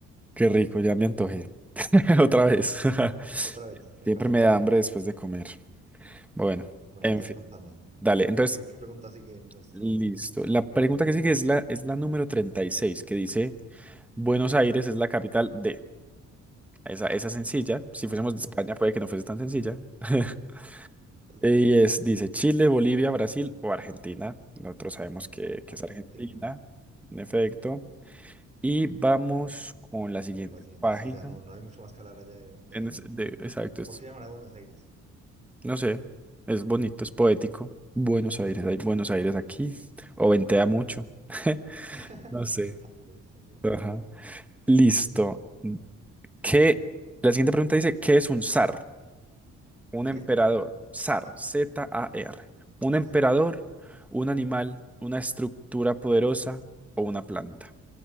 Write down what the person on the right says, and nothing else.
Otra vez,
acabas
de
comer,
Ley.
Bueno,
entonces
contame,
¿cómo,
qué, qué pregunta sigue en nuestro
entrenamiento?
Sí, sí,
es verdad.
No.
Argentina,
por la siguiente.
Sí, ya no, no hay mucho más que hablar allá de, de-
¿Por qué llamar a Buenos Aires?
Puede.
<laughs>
Tal vez, tal vez.
¿Un
qué?
Un zar.
Ya.
Sí,
sí,